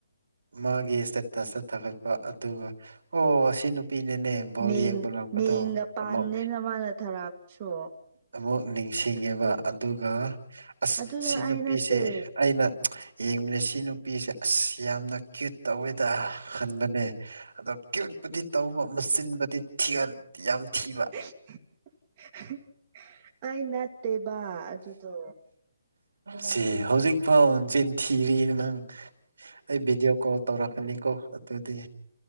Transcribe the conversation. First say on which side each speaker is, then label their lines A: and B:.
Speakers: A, on the right; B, on the right.
A: ꯃꯥꯒꯤ ꯏꯁꯇꯦꯇꯁꯇ ꯊꯥꯒꯠꯄ ꯑꯗꯨꯒ ꯑꯣ ꯁꯤ ꯅꯨꯄꯤꯅꯅꯦ ꯕꯣꯜ
B: ꯃꯤꯡ
A: ꯌꯦꯡꯕ ꯂꯥꯛꯄꯗꯣ
B: ꯃꯤꯡꯒ ꯄꯥꯟꯗꯦꯅ
A: ꯑꯃꯨꯛ
B: ꯃꯥꯅ ꯊꯥꯔꯛꯄꯁꯨ
A: ꯑꯃꯨꯛ ꯅꯤꯡꯁꯤꯡꯉꯦꯕ ꯑꯗꯨꯒ ꯑꯁ
B: ꯑꯗꯨꯗꯣ
A: ꯁꯤ ꯅꯨꯄꯤꯁꯦ
B: ꯑꯩ ꯅꯠꯇꯦ
A: ꯑꯩꯅ ꯌꯦꯡꯕꯅꯦ ꯁꯤ ꯅꯨꯄꯤꯁꯦ ꯑꯁ ꯌꯥꯝꯅ ꯀ꯭ꯌꯨꯠ ꯇꯧꯋꯦꯗ ꯈꯟꯕꯅꯦ ꯑꯗꯣ ꯀ꯭ꯌꯨꯠꯄꯨꯗꯤ ꯇꯧꯕ ꯃꯨꯆꯤꯟꯕꯗꯤ ꯊꯤꯌꯟ ꯌꯥꯝ ꯊꯤꯕ
B: <unintelligible> <unintelligible> ꯑꯩ ꯅꯠꯇꯦꯕ ꯑꯗꯨꯗꯣ
A: ꯁꯤ ꯍꯧꯖꯤꯛꯐꯥꯎ ꯆꯤꯟ ꯊꯤꯔꯤ ꯅꯪ ꯑꯩ ꯚꯤꯗꯤꯑꯣ ꯀꯣꯜ ꯇꯧꯔꯛꯀꯅꯤꯀꯣ ꯑꯗꯨꯗꯤ